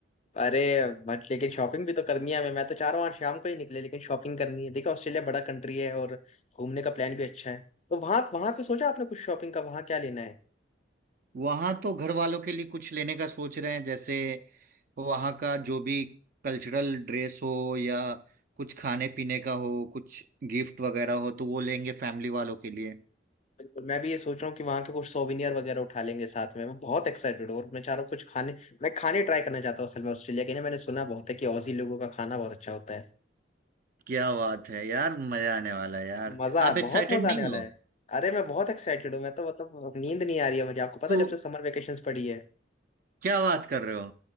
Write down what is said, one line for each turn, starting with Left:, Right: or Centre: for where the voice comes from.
Left: अरे बट लेकिन शॉपिंग भी तो करनी है हमें मैं तो चाह रहा हूँ आज शाम को ही निकले लेकिन शॉपिंग करनी है देखो ऑस्ट्रेलिया बड़ा कंट्री है और घूमने का प्लान भी अच्छा है तो वहाँ वहाँ का सोचा आपने कुछ शॉपिंग का वहाँ क्या लेना है
Right: वहां तो घर वालों के लिए कुछ लेने का सोच रहे हैं जैसे वहां का जो भी कल्चरल ड्रेस हो या कुछ खाने पीने का हो कुछ गिफ्ट वगैरह हो तो वो लेंगे फैमिली वालों के लिए
Left: बिल्कुल मैं भी ये सोच रहा हूँ कि वहां के कुछ सोविनियर वगैरह उठा लेंगे साथ में मैं बहुत एक्साइटेड हूँ और मैं चाह रहा हूँ कुछ खाने मैं खाने ट्राई करना चाहता हूँ असल में ऑस्ट्रेलिया के ना मैंने सुना बहुत है कि ऑजी लोगों का खाना बहुत अच्छा होता है
Right: क्या बात है यार मजा आने वाला है यार
Left: मजा
Right: आप एक्साइटेड
Left: बहुत मजा
Right: नहीं
Left: आने वाला
Right: हो
Left: है अरे मैं बहुत एक्साइटेड हूँ मैं तो मतलब नींद नहीं आ रही है मुझे आपको पता
Right: तो
Left: है, जब से समर वेकेशन पड़ी है
Right: क्या बात कर रहे हो